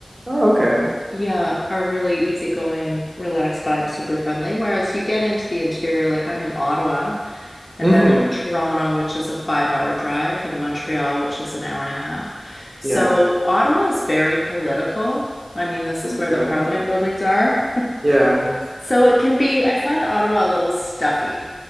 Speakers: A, on the right; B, on the left.
A: Oh, okay.
B: yeah, are really easygoing, relaxed vibe, super friendly. Whereas you get into the interior, like I'm in Ottawa, and
A: Mm-hmm.
B: then there's Toronto, which is a five hour drive, and Montreal, which is an hour and a half. So
A: Yeah.
B: Ottawa is very political. I mean, this is
A: Okay.
B: where the parliament buildings are.
A: Yeah.
B: So it can be, I find Ottawa a little stuffy.